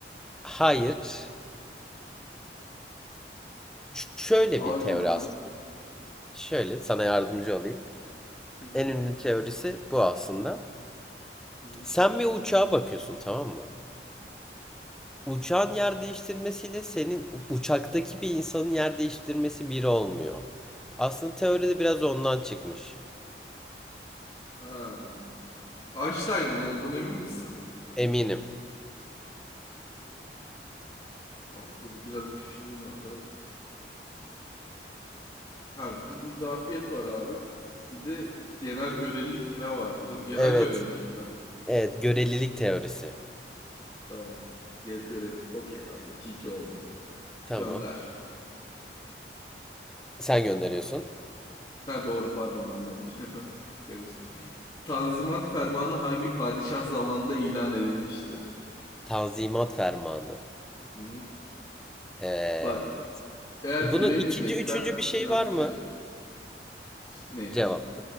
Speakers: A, in the centre; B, on the left (about 25°).
A: Hayır. Şöyle
B: Abi
A: bir teori
B: izah.
A: aslında. Şöyle sana yardımcı olayım.
B: Hı hı.
A: En ünlü teorisi bu aslında.
B: hı hı.
A: Sen bir uçağa bakıyorsun tamam mı? Uçağın yer değiştirmesiyle senin uçaktaki bir insanın yer değiştirmesi biri olmuyor. Aslında teoride biraz ondan çıkmış.
B: Ha. Einstein'ın olduğunu emin misin?
A: Eminim.
B: Vallahi dur biraz düşüneyim abi. Ha bir izafiyet var abi. Bir de genel görelilik mi ne vardı değil mi? Genel
A: Evet.
B: görelilik mi?
A: Evet, görelilik teorisi.
B: Tamam. Ge- Görelilik okey abi iki 2 oldu.
A: Tamam.
B: Gönder.
A: Sen gönderiyorsun.
B: Ha doğru pardon ben gönderiyorum. <laughs> Karıştı. Tanzimat Fermanı hangi padişah zamanında ilan edilmiştir?
A: Tanzimat fermanı.
B: Hı hı.
A: Evet.
B: Bak eğer
A: Bunun
B: bilemeyeceksen
A: ikinci, üçüncü bir şey
B: biraz
A: var mı?
B: şey ne?
A: Cevap.